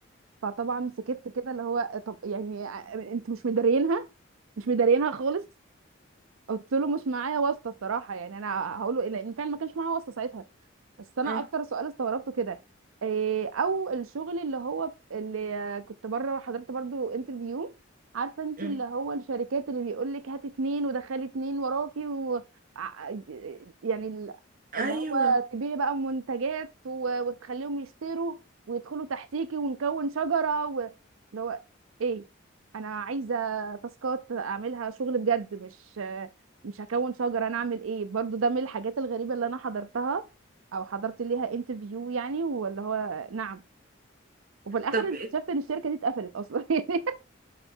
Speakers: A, on the right; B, on the right.
A: فطبعا سكت كده اللي هو طب يعني انتوا مش مدارينها مش مدارينها خالص قلت له مش معايا واسطه الصراحه يعني انا هقول له إيه، لان فعلا ما كانش معايا واسطه ساعتها بس انا
B: اه
A: اكتر سؤال استغربته كده إيه او الشغل اللي هو اللي كنت بره حضرت برضو انترفيو عارفه انت
B: مم.
A: اللي هو الشركات اللي بيقول لك هات اتنين ودخلي اتنين وراكي و ع- يعني ال- اللي
B: ايوه
A: هو تبيعي بقى منتجات و- وتخليهم يشتروا ويدخلوا تحتيكي ونكون شجره و... اللي هو ايه انا عايزه تاسكات اعملها شغل بجد مش مش هكون شجره انا اعمل ايه برضو ده من الحاجات الغريبه اللي انا حضرتها او حضرت ليها انترفيو يعني ولا هو نعم وفي الاخر
B: طب
A: اكتشفت
B: إيه؟
A: ان الشركه دي اتقفلت اصلا <laughs> يعني